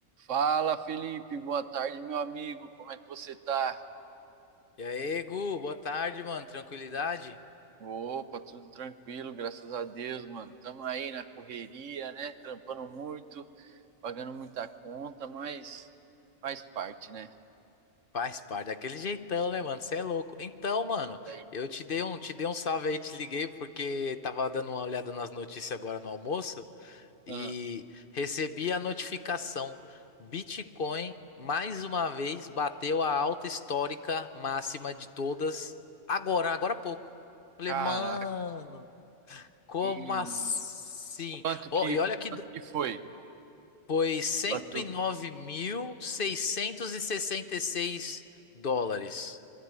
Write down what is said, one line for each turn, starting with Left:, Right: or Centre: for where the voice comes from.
Right: Fala, Felipe, boa tarde, meu amigo. Como é que você tá?
Left: E aí, Gu, boa tarde, mano. Tranquilidade?
Right: Opa, tudo tranquilo, graças a Deus, mano. Tamo aí na correria, né? Trampando muito, pagando muita conta, mas faz parte, né?
Left: Faz parte daquele jeitão, né, mano? Você é louco. Então, mano,
Right: Aí.
Left: eu te dei um, te dei um salve aí, te liguei porque tava dando uma olhada nas notícias agora no almoço e
Right: Ah,
Left: recebi a notificação. Bitcoin, mais uma vez, bateu a alta histórica máxima de todas agora, agora há pouco. Falei,
Right: caraca,
Left: mano, como
Right: e
Left: assim?
Right: quanto
Left: Ó,
Right: que,
Left: e olha que.
Right: quanto que foi?
Left: Foi cento
Right: Passou.
Left: e e e nove mil seiscentos e sessenta e seis dólares.